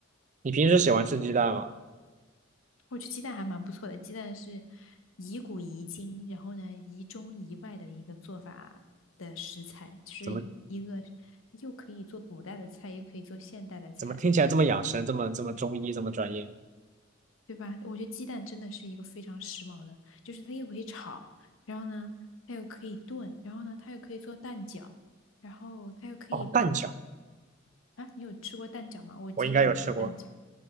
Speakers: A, on the right (about 40°); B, on the left (about 80°).
A: 你平时喜欢吃鸡蛋吗？
B: 我觉得鸡蛋还蛮不错的，鸡蛋是宜古宜今，然后呢宜中宜外的一个做法的食材，就是一个
A: 怎么
B: 又可以做古代的菜，又可以做现代的菜，
A: 怎么听起来这么养生，这么这么中医，这么专业？
B: 对吧？我觉得鸡蛋真的是一个非常时髦的，就是它又可以炒，然后呢它又可以炖，然后呢它又可以做蛋饺，然后它又可以
A: 哦，蛋饺
B: 啊，你有吃过蛋饺吗？我经常做蛋饺。
A: 我应该有吃过，